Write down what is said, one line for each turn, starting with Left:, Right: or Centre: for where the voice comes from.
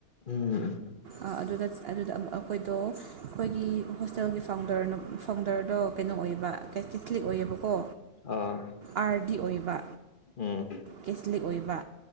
Left: ꯎꯝ
Right: ꯑꯥ ꯑꯗꯨꯗ ꯑꯗꯨꯗ ꯑꯩꯈꯣꯏꯗꯣ ꯑꯩꯈꯣꯏꯒꯤ ꯍꯣꯁꯇꯦꯜꯒꯤ ꯐꯥꯎꯟꯗꯔ ꯅꯨꯞ ꯐꯥꯎꯟꯗꯔꯗꯣ ꯀꯩꯅꯣ ꯑꯣꯏꯕ ꯀꯦꯊ ꯀꯦꯊꯂꯤꯛ ꯑꯣꯏꯌꯦꯕꯀꯣ
Left: ꯑꯥ
Right: ꯑꯥꯔꯗꯤ ꯑꯣꯏꯕ
Left: ꯎꯝ
Right: ꯀꯦꯊꯂꯤꯛ ꯑꯣꯏꯕ